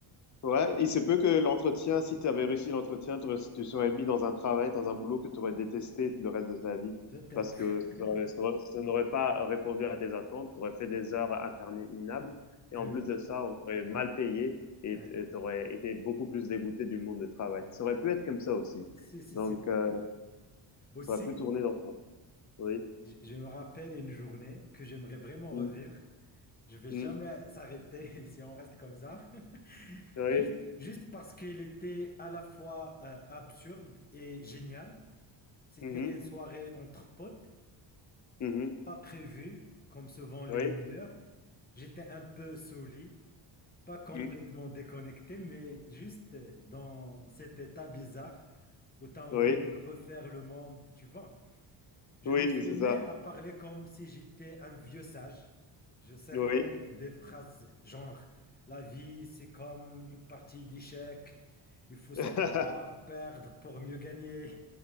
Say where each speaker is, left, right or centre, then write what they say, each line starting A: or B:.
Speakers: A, on the left (about 35°); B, on the left (about 20°).
A: Ouais, il se peut que l'entretien, si tu avais réussi l'entretien, tu aurais- tu serais mis dans un travail, dans un boulot que tu aurais détesté le reste de ta vie
B: Peut-être.
A: parce que ça
B: <laughs>
A: aurait- ça aurait- ça n'aurait pas répondu à tes attentes, tu aurais fait des heures interminables et
B: Ah
A: en
B: oui.
A: plus de ça, on t'aurait mal payé et
B: euh,
A: tu aurais été beaucoup plus dégoûté du monde du travail. Ça aurait pu être comme ça aussi.
B: si, si,
A: Donc,
B: c'est vrai.
A: euh,
B: oui. Aussi,
A: ça aurait pu tourner dans ça. Oui.
B: je, je me rappelle une journée que j'aimerais vraiment
A: Mm,
B: revivre. Je vais
A: mm,
B: jamais s'arrêter <laughs> si on reste comme ça.
A: oui.
B: Juste, juste parce qu'elle était à la fois euh, absurde et géniale. C'était
A: Mhm,
B: une soirée entre potes,
A: mhm,
B: pas prévue, comme souvent les
A: oui.
B: meilleurs. J'étais un peu saouli, pas complètement
A: mm,
B: déconnecté, mais juste euh, dans cet état bizarre où tu as envie
A: oui.
B: de refaire le monde, tu vois. Je
A: Oui,
B: me suis
A: c'est
B: mis
A: ça.
B: à parler comme si j'étais un vieux sage. Je sortais
A: Oui.
B: des phrases genre La vie, c'est comme une partie d'échecs. Il faut savoir
A: <laughs>
B: perdre pour mieux gagner.